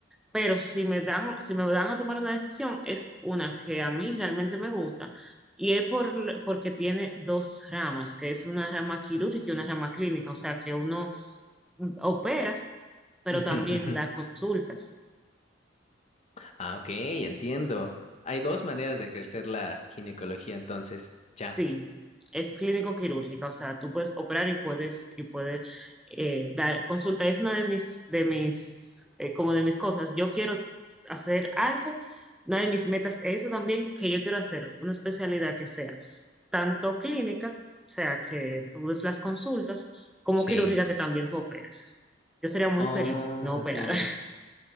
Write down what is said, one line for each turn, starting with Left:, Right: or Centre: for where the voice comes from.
Centre: Pero si me dan, si me dan a tomar una decisión, es una que a mí realmente me gusta. Y es por, porque tiene dos ramas, que es una rama quirúrgica y una rama clínica. O sea, que uno opera, pero
Left: ujú,
Centre: también
Left: ujú.
Centre: da consultas.
Left: Ah, ok, entiendo. Hay dos maneras de ejercer la ginecología, entonces. Ya,
Centre: Sí, es clínico quirúrgica, o sea, tú puedes operar y puedes y puedes eh, dar consulta. Es una de mis de mis eh, como de mis cosas. Yo quiero hacer algo. Una de mis metas es eso también, que yo quiero hacer una especialidad que sea tanto clínica, o sea, que tú des las consultas, como
Left: sí.
Centre: quirúrgica que también tú operes. Yo sería muy
Left: Oh,
Centre: feliz si no
Left: ujú.
Centre: operara.